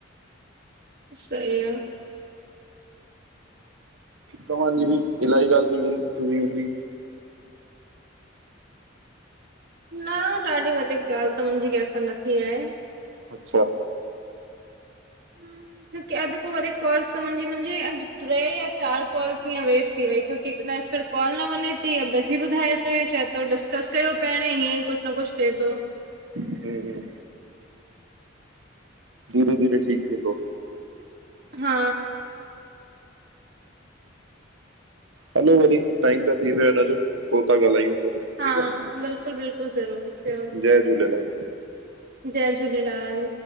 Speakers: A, on the right (about 55°); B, on the right (about 75°).
A: सही आ।
B: तवांजी बि इलाही गाल् थी वई हूंदी?
A: न ॾाढी वधीक ॻाल्हि त मुंहिंजी कंहिंसां न थी आहे
B: अच्छा
A: ह छोकी अध को वधिक कॉल्स मुंहिंज मुंहिंजी अ टे या चार कॉल्स हीय वेस्ट थी वयी छो की न सर काल न वने ती बिज़ी ॿुधाए थो इय चए थो डिस्कस कयो पहिरियों हीअं ई कुझु न कुझु थिए थो
B: हम हम धीरे धीरे ठीकु थींदो
A: हा
B: हलो वरी टाइम त थी वियो हुनजो पो ता ॻाल्हायूं वरी
A: हा,
B: ठीकु
A: बिल्कुलु बिल्कुलु ज़रूर श्योर
B: आहे जय झूलेलाल
A: जय झूलेलाल